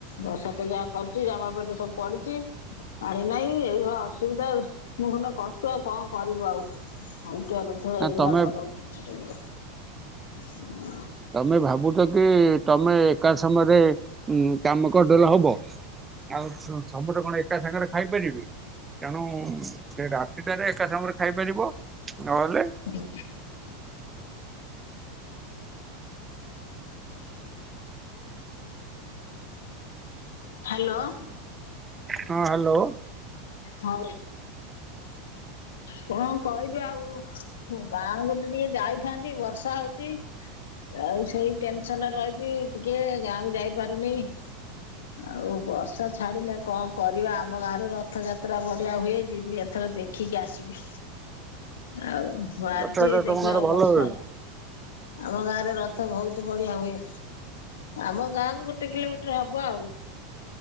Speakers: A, on the left; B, on the right.
A: ବର୍ଷା ତ ଯାହା କରୁଚି ଜାମା ପେଣ୍ଟ ସବୁ ପଡି଼ଚି ପାଣି ନାଇଁ ଏଇ ଭ ଅସୁବିଧା ଆଉ। ମୁଁ ହେଲେ କରୁଚି ଆଉ କଁ କରିବୁ ଆଉ ଖାଉଟିଆ ର ଥଳେ
B: ନା
A: ଏଇ ଭଳିଆ
B: ତମେ
A: ଗରମ କେନେ କରିବ? ହଁ।
B: ତମେ ଭାବୁଚ କି ତମେ ଏକା ସମୟରେ ଉଁ କାମ କରିଦେଲେ ହବ? ଆଉ ସ ସମତେ କଣ ଏକା ସାଙ୍ଗରେ ଖାଇପାରିବେ ତେଣୁ ସେ ରାତିଟାରେ ଏକା ସାଙ୍ଗରେ ଖାଇପାରିବ ନହେଲେ
A: ଉଁ ହାଲୋ।
B: ହଁ ହାଲୋ।
A: ହଉ। କଣ କହିବି ଆଉ ଗାଁ ବୁଲି ଟିକେ ଯାଇଥାନ୍ତି ବର୍ଷା ହଉଚି। ଆଉ ସେଇ ଟେନସନ୍ ରହିଚି ଟିକେ ଗାଁକୁ ଯାଇପାରୁନେଇ। ଆଉ ବର୍ଷା ଛାଡ଼ିଲେ କଁ କରିବା ଆମ ଗାଁରେ ରଥଯା ତ୍ରା ବଢ଼ିଆ ହୁଏ ଯିମି ଏଥର ଦେଖିକି ଆସିବି ଆଉ ଭାରଚି
B: ରଥଯାତ୍ରା ତମ
A: ଦେଖିଲାଉ
B: ଗାଁରେ ଭଲ
A: ବର୍ଷା
B: ହୁଏ?
A: ଆମ ଗାଁରେ ରଥ ଭଉତ ବଢ଼ିଆ ହୁଏ। ଆମ ଗାଁକୁ ଗୋଟେ କିଲୋମିଟର୍ ହବ ଆଉ।